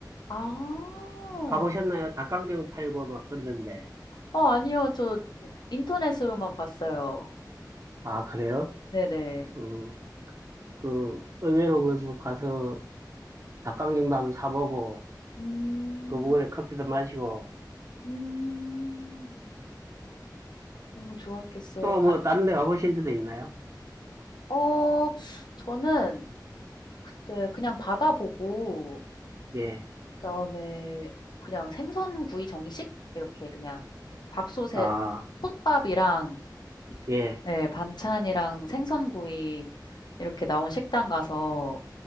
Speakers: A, on the left (about 75°); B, on the right (about 40°).
A: 아.
B: 가보셨나요? 닭강정 팔고 막 그러던데.
A: 어 아니요. 저 인터넷으로만 봤어요.
B: 아, 그래요?
A: 네네.
B: 음, 그, 의외로 그, 뭐 가서 닭강정도 한번 사보고,
A: 음.
B: 그 부근에 커피도 마시고,
A: 음. 너무 좋았겠어요.
B: 또
A: 가
B: 뭐 다른 데
A: 음.
B: 가보신 데도 있나요?
A: 어 저는 그때 그냥 받아 보고
B: 예.
A: 그다음에 그냥 생선구이 정식 이렇게 그냥 밥솥에
B: 아,
A: 솥밥이랑
B: 예,
A: 네 반찬이랑 생선구이 이렇게 나온 식당 가서